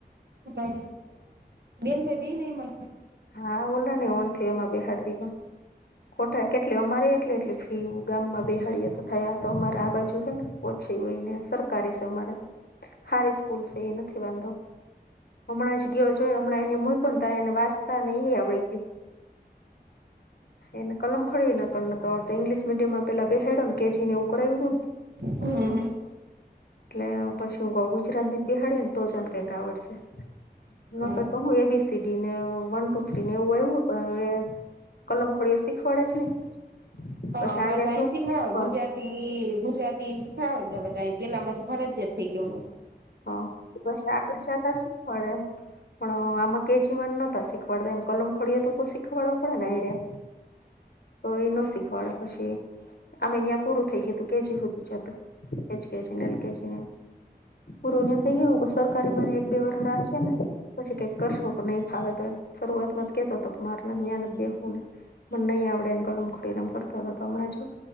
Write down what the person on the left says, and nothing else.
હા ઓલા ને ઓણ થ એમાં બેહાડ દીધો ખોટા કેટલી અમારે એટલી એટલી. કેવુ ગામમાં બેહાળએ તો થયા તો અમારે આ બાજુ હે ને. ઓછી હોયને સરકારી છે અમારે તો હારી સ્કૂલ છે એ નથી વાંધો. હમણાં જ ગયો જોઈ હમણાં એને મુઈકો તો એને વાર તા નહિ આવડી ગયું એના કલમ કોઈ નકલ નતો આવડતું ઇંગ્લિશ મીડીયમમાં પેલા બેહાડ્યો કેજી ને એવું કરએવડું.
એટલે પછી હું કઉ ગુજરાતીમાં બેહડીએને તો જન કહેતા આવડશે ન
કરતું એ બી સી ડી ને હું વન ટુ થ્રી ને એવું આવ્યું પણ હવે કલમ કોઈ શીખવાડે જ નહી.
પછી
અહીંયા
જો
શીખવાડ
હ પછી આગળ જતા શીખવાડે પણ
અહ આમાં કે જી વન નહોતા શીખવાડતા એમ કલમ ખોડીએ શીખવાડવું પડે ને રેહ. તો એ નો શીખવાડે પછી આમે ત્યા પૂરું થઈ ગયું તું કે જી હુધી જ હતું. એજ કે જી ને લીધે છે. પૂરું ન થઇ ગયુ હમ સરકારી મને એક બે વરસ રાખ જે ને. પછી કઈક કરશું કે નહી ફાવે તો એમ શરૂઆતમાં જ કેતો હતો માર ન્યા નહી બેવું ને મન નઈ આવડે ને કલમ ડેરામ કરતો તો હમણાં જો